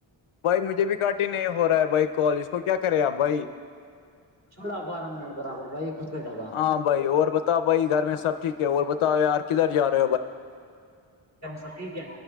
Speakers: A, on the left; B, on the right.
A: بھائی مجھے بھی کٹی نہیں ہو رہا ہے بھائی کال اس کو کیا کرے آپ بھائی
B: چوڑا بارہ منٹ برابر بائی خود کٹ ہوگا
A: ہاں بھائی اور بس بتا بھائی گھر میں سب ٹھیک ہے اور بتاؤ یار کدھر جا رہا
B: سب ٹھیک ہے